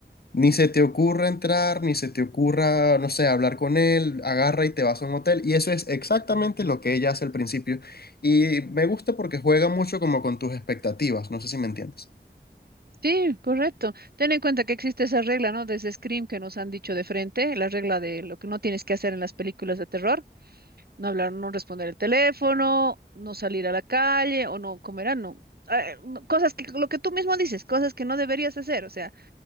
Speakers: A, on the left; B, on the right.
A: ni se te ocurra entrar, ni se te ocurra, no sé, hablar con él, agarra y te vas a un hotel. Y eso es exactamente lo que ella hace al principio. Y me gusta porque juega mucho como con tus expectativas, no sé si me entiendes.
B: Sí, correcto. Ten en cuenta que existe esa regla, ¿no? Desde Scream que nos han dicho de frente, la regla de lo que no tienes que hacer en las películas de terror. no hablar, no responder el teléfono, no salir a la calle o no comer, ah, no. Ah, no, Cosas que, lo que tú mismo dices, cosas que no deberías hacer, o sea,